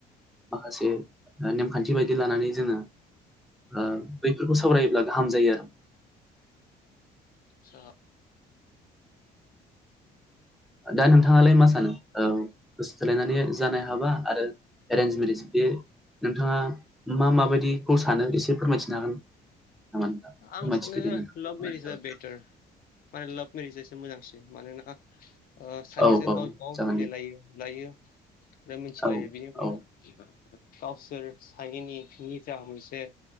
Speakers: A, in the centre; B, on the left.
A: माखासे नेमखान्थि बायदि लानानै जोङो ओ बैफोरखौ सावरायोब्ला गाहाम जायो आरो
B: स
A: दा नोंथाङालाय मा सानो औ गोसो थोलायनानै जानाय हाबा आरो एरेन्ज मेरिज बे नोंथाङा मा माबायदिखौ सानो एसे फोरमायथिनो हागोन? नामा नोंथां
B: आं
A: फोरमायथिदो
B: सानो
A: दे नोंथां
B: लाभ मेरिज आ बेथार माने लाभ मेरि मोजांसिन मानोना सानैजों
A: औ औ
B: गावजोंगाव
A: जागोन
B: मिलायलायो
A: दे
B: नुलायो। मोजाङै मिथिलायो
A: औ
B: बिनि माबा
A: औ
B: गावसोर सानैनि निजा मोनसे